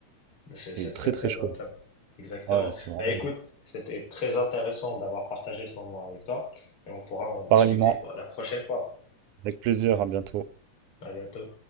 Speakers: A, on the left; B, on the right.
A: C'est c'est
B: il est
A: très
B: très
A: très
B: très chaud.
A: intéressant. Exactement.
B: Ouais, c'est vraiment
A: Bah écoute,
B: bon.
A: c'était très intéressant d'avoir partagé ce moment avec toi et on pourra en discuter
B: Pareillement,
A: pour la prochaine fois.
B: avec plaisir, à bientôt.
A: À bientôt.